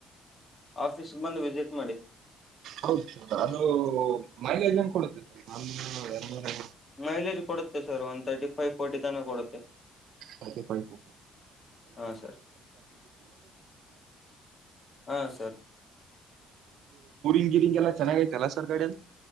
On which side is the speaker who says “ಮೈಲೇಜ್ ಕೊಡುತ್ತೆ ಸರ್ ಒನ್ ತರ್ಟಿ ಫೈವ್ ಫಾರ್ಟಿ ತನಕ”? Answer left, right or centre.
Left